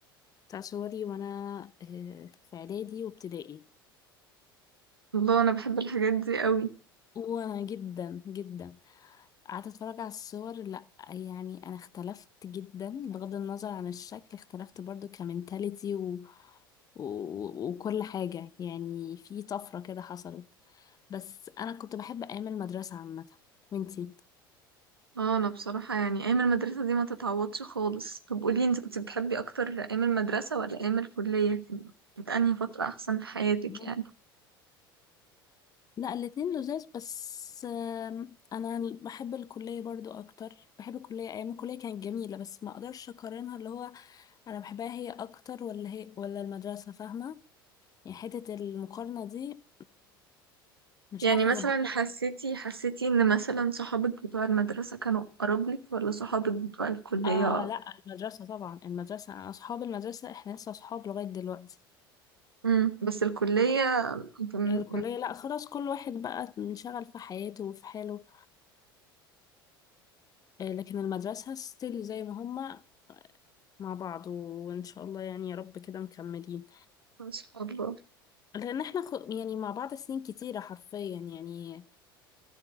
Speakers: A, on the left; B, on the right.
A: بتاع صوري وانا آه، في اعدادي وابتدائي
B: الله انا بحب الحاجات دي قوي
A: وجدا جدا جدا قعدت اتفرج على الصور لا يعني انا اختلفت جدا بغض النظر عن الشكل اختلفت برضو كمنتاليتي و... و... وكل حاجة يعني في طفرة كده حصلت بس انا كنت بحب ايام المدرسة عامة وانتي
B: اه انا بصراحة يعني ايام المدرسة دي ما تتعوضش خالص طب قولي انت كنت بتحبي اكتر ايام المدرسة ولا ايام الكلية؟ كانت انهي فترة احسن في حياتك
A: مم.
B: يعني؟
A: لا الاتنين لذاذ بس آم، انا بحب الكلية برضو اكتر بحب الكلية ايام الكلية كانت جميلة بس ما اقدرش اقارنها اللي هو انا بحبها هي اكتر ولا هي ولا المدرسة فاهمة يعني حتة المقارنة دي مش
B: يعني
A: عارفة
B: مثلا
A: أظبط
B: حسيتي حسيتي ان مثلا صحابك بتوع المدرسة كانوا اقرب لك ولا صحابك بتوع الكلية؟
A: آه لأ المدرسة طبعا المدرسة أصحاب المدرسة إحنا لسه أصحاب لغاية دلوقتي
B: امم بس الكلية كان-
A: الكلية لأ خلاص كل واحد بقى منشغل في حياته وفي حاله آه، لكن المدرسة ستيل زي ما هما مع بعض وإن شاء الله يعني يا رب كده مكملين
B: ما شاء الله
A: لأن إحنا خ- يعني مع بعض سنين كتيرة حرفيا يعني